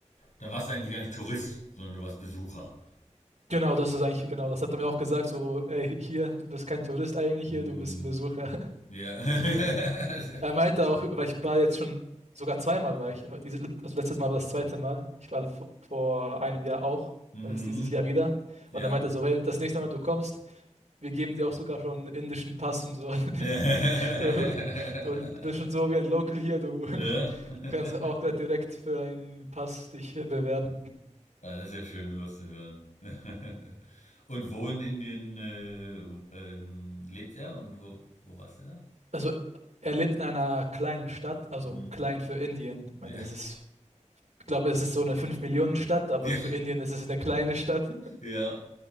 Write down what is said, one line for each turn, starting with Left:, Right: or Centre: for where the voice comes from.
Left: dann warst du eigentlich gar nicht Tourist, sondern du warst Besucher.
Right: Genau, das ist eigentlich, genau, das hat er mir auch gesagt, so, ey, hier, du bist kein Tourist eigentlich
Left: Mhm.
Right: hier, du bist ein Besucher.
Left: Ja. <laughs>
Right: Er meinte auch, weil ich war jetzt schon sogar zweimal war ich, diese, also letztes Mal war das zweite Mal. Ich war vor, vor einem Jahr auch
Left: Mhm.
Right: und jetzt dieses Jahr wieder.
Left: Ja.
Right: Und er meinte er so, hey, das nächste Mal, wenn du kommst, wir geben dir auch sogar schon einen indischen Pass und so. <laughs>
Left: <laughs>
Right: Du, du, du bist schon so wie ein Local hier, du
Left: Ne?
Right: <laughs>
Left: <laughs>
Right: kannst auch gleich direkt für einen Pass dich bewerben.
Left: Ah, das ist ja schön, sowas zu hören. <laughs> Und wo in Indien, äh, ähm, lebt er und wo wo warst du da?
Right: Also er lebt in einer kleinen Stadt, also
Left: Mhm.
Right: klein für Indien. Ich
Left: Ja.
Right: meine, das
Left: <laughs>
Right: ist, ich glaube, es ist so eine fünf millionen stadt aber
Left: Ja,
Right: für Indien ist es eine kleine Stadt.
Left: ja.